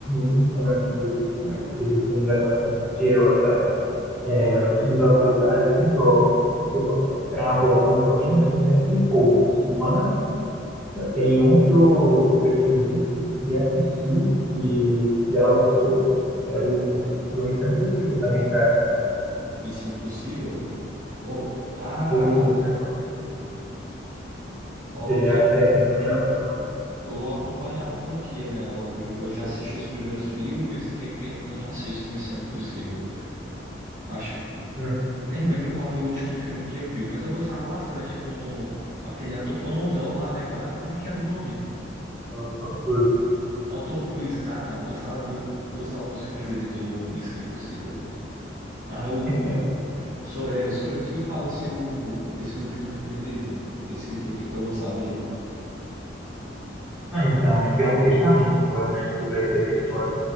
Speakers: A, in the centre; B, on the right.
A: bem fã assim, desses, desses filmes acaba sendo de heróis, sabe? É, os filmes da atualidade, assim, do, do acabo acompanhando, é é bem poucos, mas tem um que eu, que eu te indico e assisti, que já lançou, é o do Missão Impossível também, cara.
B: Missão Impossível. Co- Cara,
A: É o último que saiu.
B: ah,
A: agora.
B: ó,
A: Você
B: já
A: já você acompanhava?
B: eu acompanhava a franquia, né? Eu, eu já assisti os primeiros filmes e tem tempo que eu não assisto Missão Impossível. Acho
A: Hum,
B: Nem lembro qual foi o último filme que eu vi, mas eu gostava bastante com, com aquele ator famosão lá, né? Qual- é, como é que era o nome?
A: então, então, pois.
B: É o Tom Cruise, cara. Eu gostava, do, gostava dos filmes dele, do Missão Impossível. Mas o,
A: <laughs>
B: o- so- é, sobre o que fala esse, o- esse último filme dele? Esse foi que foi lançado aí.
A: Ah, então, é que é um fechamento agora, né? Que vai ser da história.